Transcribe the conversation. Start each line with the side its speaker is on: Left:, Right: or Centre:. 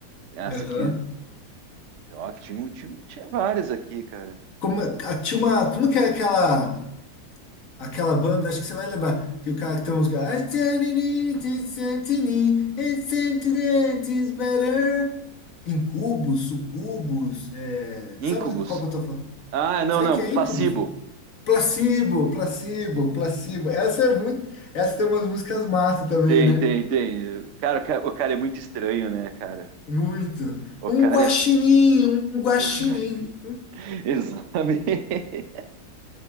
Right: essa
Left: Aham.
Right: aqui, ó, tinha, um- tinha, tinha várias aqui, cara.
Left: Como, é- a- tinha uma, como que é aquela... Aquela banda, acho que você vai lembrar, que o cara que tem a música. I said it is, it said it is, it said it is better. Incubos, sucubos, é,
Right: Incubus.
Left: sabe do que qual que eu tô falando?
Right: Ah, não,
Left: Será
Right: não,
Left: que é
Right: Placebo.
Left: Incubus? Placebo, placebo, placebo. Essa é muito. Essa tem umas músicas massa também,
Right: Tem,
Left: né?
Right: tem, tem. Cara, o ca- o cara é muito estranho, né, cara?
Left: Muito.
Right: O
Left: Um
Right: cara
Left: guaxinim,
Right: é,
Left: um guaxinim.
Right: <laughs> Exatamente.